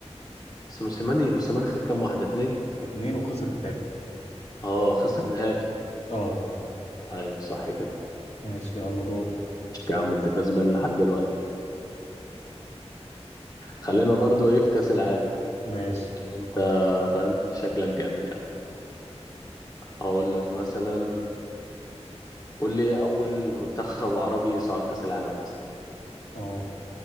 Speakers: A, on the left; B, on the left.
A: بس موسيماني موسيماني خد كام واحدة اتنين
B: اتنين وخسر التالت
A: اه خسر نهائي
B: اه
A: أيوه صح كده
B: ماشي يلا دور
A: قشطة يا عم أنت كسبان لحد دلوقتي خلينا برضو إيه في كأس العالم
B: ماشي
A: لو أنت فاهم شكلك جامد يعني هقول لك مثلا قول لي أول منتخب عربي صعد كأس العالم مثلا
B: اه